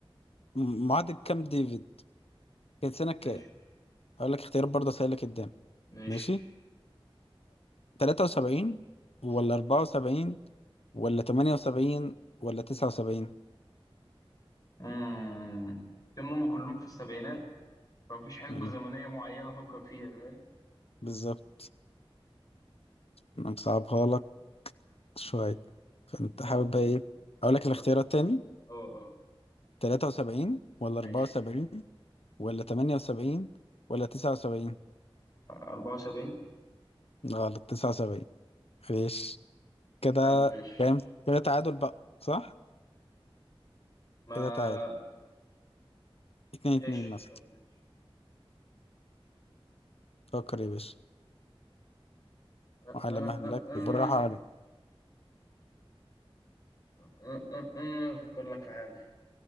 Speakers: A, on the left; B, on the left.
A: م- معاهدة كامب ديفيد كانت سنة كام
B: ماشي
A: هقول لك اختيارات برضه سهلة قدام
B: ماشي
A: ماشي تلاتة وسبعين ولا أربعة وسبعين ولا تمانية وسبعين ولا تسعة وسبعين
B: مم. كانوا هم كلهم في السبعينات فمفيش حقبة
A: مم.
B: زمنية معينة أفكر فيها فاهم؟
A: بالظبط أنا مصعبها لك شوية
B: مم.
A: فأنت
B: طب
A: حابب بقى
B: طب
A: إيه أقول
B: طب
A: لك الاختيارات
B: طب
A: تاني
B: اه اه
A: تلاتة وسبعين ولا
B: ماشي
A: أربعة وسبعين ولا تمانية وسبعين ولا تسعة وسبعين
B: أربعة وسبعين
A: غلط تسعة وسبعين ماشي كده
B: طب ماشي
A: كام كده تعادل بقى صح
B: ما
A: كده تعادل اتنين
B: ماشي
A: اتنين مثلا
B: طب ماشي
A: فكر يا باشا
B: أه
A: وعلى
B: أه
A: مهلك
B: أه أه
A: بالراحة على
B: أه أه أه. أفكر لك في حاجة